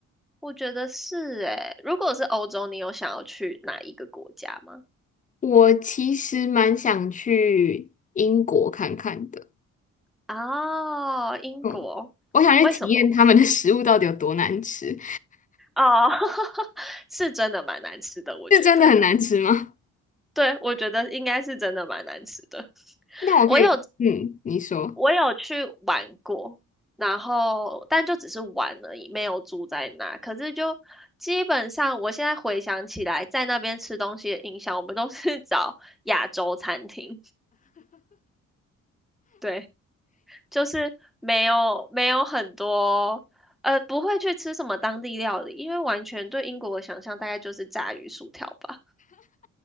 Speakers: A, in the centre; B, on the left.
A: 我觉得是诶，如果是欧洲，你有想要去哪一个国家吗？
B: 我其实蛮想去英国看看的，
A: 哦，英国，
B: 嗯，我想去体验他们的食物到底有多难吃。
A: 为什么？哦，<laughs> 是真的蛮难吃的，我觉得。
B: 是真的很难吃吗？
A: 对，我觉得应该是真的蛮难吃的。
B: <laughs> 那我可以，
A: 我有
B: 嗯，你说，
A: 我有去玩过，然后但就只是玩而已，没有住在那。可是就基本上，我现在回想起来，在那边吃东西的印象，我们都是 <laughs> 找亚洲餐厅。对。就是没有没有很多，呃，不会去吃什么当地料理，因为完全对英国的想象大概就是炸鱼薯条吧。